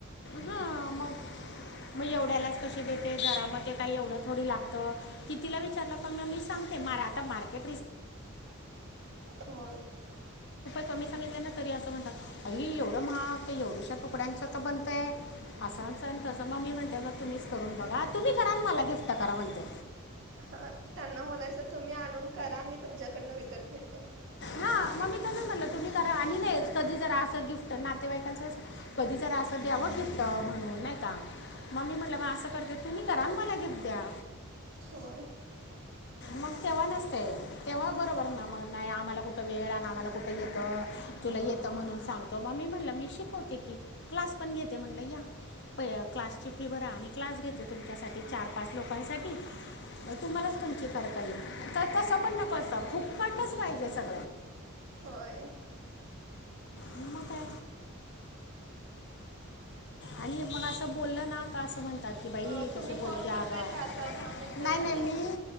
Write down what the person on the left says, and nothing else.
हा आमा. मग एवढ्यालाच कशी देते जरामध्ये काही एवढं थोडी लागतं कितीला विचारलं प मी मी सांग.. मर् करतो मार्ेटे..
क मी सांगितलं ना तरी असं म्हणतात अर एवढं महा तर एवढंशा तुकड्यांचं तर बनतं आहे असं.. तसं मग मी म्हणते मग तुम्हीच करून बघा तुम्ही करा मला गिफ्ट करा म्हणते.
हा मग मी तस म्हणलं तुम्ही करा आणि नाही कधी जरा असं गिफ्ट नातेवाईकांच अस कधी जरा.. असं द्यावं गिफ्ट म्हणून नाही का. मम्मी
म्हटलं बा असं करते तुम्ही करा मला गिफ्ट द्या.
मग तेव्हा नसते तेव्हा बरोबर ना मग नाही आम्हाला.. कुठ वेळ आण मला कुठ येत तुला येत म्हणून सांगतो मी म्हणलं मी शिकवते की्! पण घेते म्हणल या. प क्लासची फी बरा आणि क्लास घेते तुमच्यासाठी चार पाच लोकांसाठी.. तुम्हालाच तुमची करता येईल तर तसा पण नको असता फुकपट्टच पाहिजे सगळ..
मम का! आणि मग असं बोललं ना का असं म्हणतात.. कि बाई
कशे बोलते
आगव
नाई
नाई मी